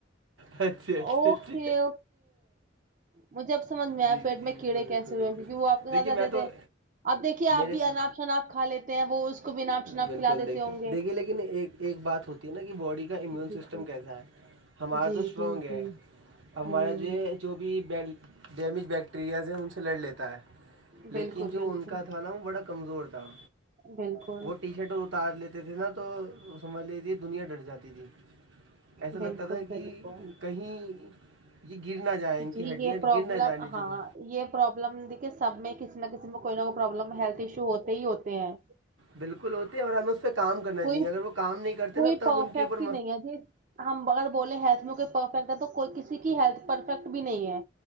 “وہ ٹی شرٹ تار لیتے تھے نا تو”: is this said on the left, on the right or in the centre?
Right